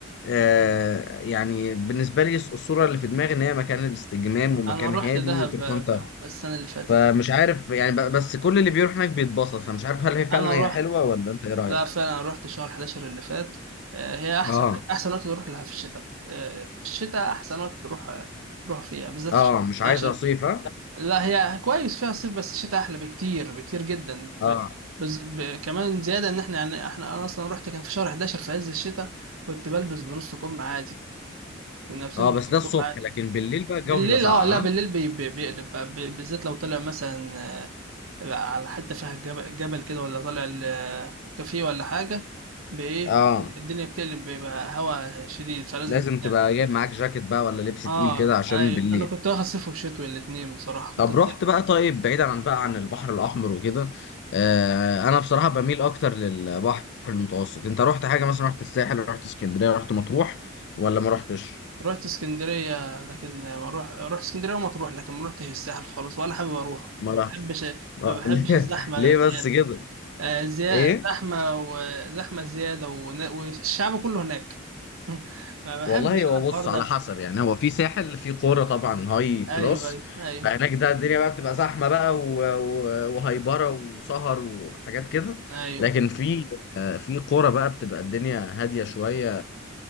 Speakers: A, on the left (about 60°); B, on the right (about 90°).
A: آه يعني بالنسبه لي الصوره اللي في دماغي ان هي مكان الاستجمام ومكان
B: انا رحت
A: هادي
B: دهب
A: تروح
B: ب-
A: انت
B: السنه اللي فاتت
A: فمش عارف يعني ب- بس كل اللي بيروح هناك بيتبسط فمش عارف هل هي فعلا
B: انا رحت
A: هي حلوه ولا انت ايه رايك
B: لا فعلا أنا رحت شهر 11 اللي فات آه، هي احسن
A: اه
B: احسن وقت تروح لها في الشتاء آه، الشتاء احسن وقت تروح تروح فيها بالذات
A: اه
B: في شهر
A: مش
B: 11
A: عايز اصيف ها
B: لا هي كويس فيها صيف بس الشتاء احلى بكتير بكتير جدا
A: اه
B: ب... بز... ب... كمان زياده ان احنا يعني احنا انا اصلا رحت كان في شهر 11 في عز الشتاء كنت بلبس بنص كم عادي كنا لابسين
A: اه
B: بنص
A: بس ده
B: كم
A: الصبح
B: عادي
A: لكن بالليل بقى الجو
B: بالليل
A: بيبقى ساقع
B: اه لا بالليل
A: ها
B: بي... بي... بيقلب بقى، ب- بالذات لو طلع مثلا آه، بقى على حتة فيها جبل, جبل كده ولا طالع ال- كافيه ولا حاجة بإيه
A: اه
B: الدنيا بتقلب بيبقى هوا شديد فلازم
A: لازم تبقى
B: تنقل
A: جايب معاك جاكيت بقى ولا لبس تقيل
B: اه
A: كده عشان
B: ايوه
A: بالليل
B: انا كنت واخد صيف وشتوي الاتنين بصراحة كنت
A: طب
B: صيف
A: رحت بقى طيب بعيدا عن بقى عن البحر الاحمر وكده آه انا بصراحة بميل اكتر للبحر المتوسط انت رحت حاجة مثلا رحت الساحل رحت اسكندرية رحت مطروح ولا ما رحتش
B: رحت اسكندرية لكن ما روح رحت اسكندرية وما تروح لكن ما روحتش الساحل خالص ولا حابب اروح
A: ما
B: ما
A: رحت
B: بحبش
A: آه.
B: ما بحبش
A: <laughs> ليه
B: الزحمة
A: ليه
B: زيادة
A: بس كده
B: آه زيادة
A: ايه
B: زحمة وزحمة زيادة ون- والشعب كله هناك <laughs> ما بحبش
A: والله هو
B: انا الحوار
A: بص
B: ده
A: على حسب يعني هو في ساحل في قرى طبعا هاي كلاس
B: ايوه ايوه ايوه
A: فهناك ده الدنيا بقى بتبقى زحمه بقى و- و- وهايبره وسهر وحاجات كده
B: ايوه
A: لكن في آه، في قرى بقى بتبقى الدنيا هاديه شويه